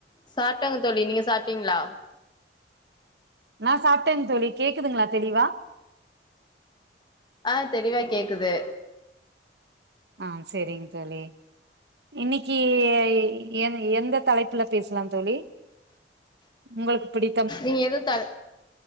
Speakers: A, on the left; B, on the right.
A: சாட்டங்க தோழி நீங்க சாட்டீங்ளா
B: நா சாப்ட்டேன் தோழி கேக்குதுங்ளா தெளிவா
A: அ தெளிவா கேக்குது
B: அ செரிங் தோழி இன்னிக்கி எ எந்த தலைப்புல பேசுலாம் தோழி உங்களுக் பிடி
A: நீங்க எது தல்